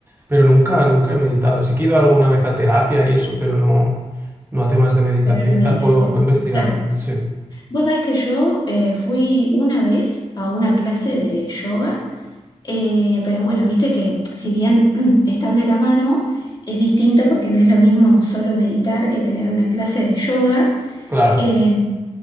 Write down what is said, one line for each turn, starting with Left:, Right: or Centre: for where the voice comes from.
Right: Pero nunca, nunca he meditado. Sí que he ido alguna vez a terapia y eso, pero no, no a temas de meditación
Left: pero en
Right: y
Left: meditación.
Right: tal. Puedo, puedo investigarlo.
Left: Claro.
Right: Sí,
Left: Vos sabés que yo eh, fui una vez a una clase de yoga. Eh, pero bueno, viste que si bien <clears throat> están de la mano, es distinto porque no es lo mismo solo meditar que tener una clase de yoga.
Right: claro.
Left: Eh,